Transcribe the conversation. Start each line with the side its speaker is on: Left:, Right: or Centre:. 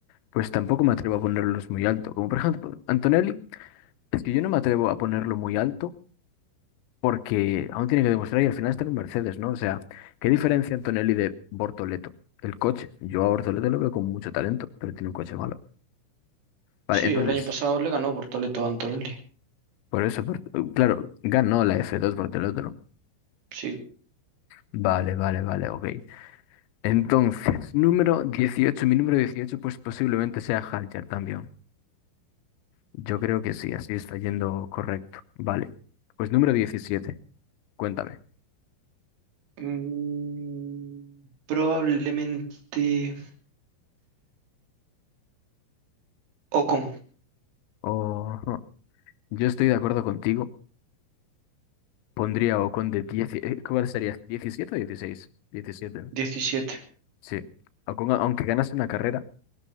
Left: pues tampoco me atrevo a ponerlos muy alto. Como por ejemplo, Antonelli, es que yo no me atrevo a ponerlo muy alto porque aún tiene que demostrar y al final está en un Mercedes, ¿no? O sea, ¿qué diferencia Antonelli de Bortoleto? El coche. Yo a Bortoleto lo veo con mucho talento, pero tiene un coche malo. Vale,
Right: Sí,
Left: entonces,
Right: el año pasado le ganó por Toledo a Antonelli.
Left: por eso, Bort- claro, ganó la F2 Bortoleto, ¿no?
Right: Sí.
Left: Vale, vale, vale, ok. Entonces, <laughs> número dieciocho mi número 18 pues posiblemente sea Haljar también. Yo creo que sí, así está yendo correcto. Vale. Pues número diecisiete cuéntame.
Right: Mm, probablemente Ocon,
Left: Oh, no, yo estoy de acuerdo contigo. Pondría a Ocon de 10. eh, ¿Cuál sería? diecisiete o 16? 17, ¿no?
Right: diecisiete,
Left: Sí. Ocon, a- aunque ganase una carrera,